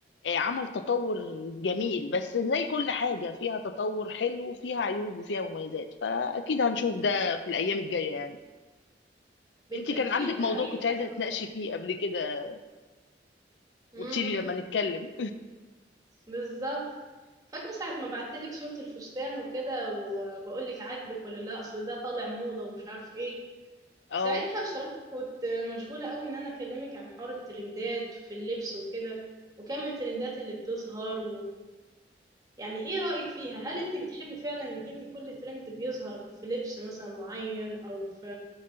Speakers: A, on the left; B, on the right.
A: آه، عمل تطور جميل بس زي كل حاجة فيها تطور حلو وفيها عيوب وفيها مميزات فأكيد هنشوف ده في الأيام الجاية يعني
B: بالتأكيد
A: أنت كان عندك
B: ده
A: موضوع
B: أي
A: كنت عايزة
B: حاجة
A: تناقشي فيه قبل كده
B: امم
A: وتشيلي لما نتكلم
B: بالظبط فاكرة ساعة ما بعتلك صورة الفستان وكده وبقولك عاجبك ولا لا أصل ده طالع موضة ومش عارف ايه
A: اه
B: ساعتها بصراحة كنت مشغولة قوي إن أنا أكلمك عن حوار الترندات في اللبس وكده وكم الترندات اللي بتظهر يعني ايه رأيك فيها هل انت بتحبي فعلا انك انت كل ترند بيظهر في لبس مثلا معين او في